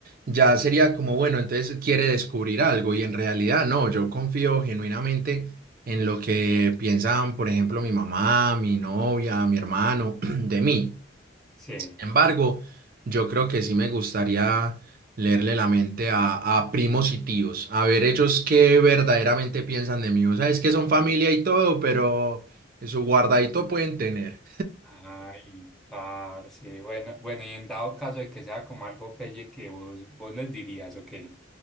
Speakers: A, on the right (about 45°); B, in the centre.
A: ya sería como, bueno, entonces quiere descubrir algo y en realidad no, yo confío genuinamente en lo que piensan, por ejemplo, mi mamá, mi novia, mi hermano, <clears throat> de mí
B: Sí.
A: embargo, yo creo que sí me gustaría leerle la mente a, a primos y tíos, a ver ellos qué verdaderamente piensan de mí. O sea, es que son familia y todo, pero su guardadito pueden tener.
B: Ay, parce. Bueno, bueno, y en dado caso de que sea como algo pelle que vos, vos les dirías, ¿o qué?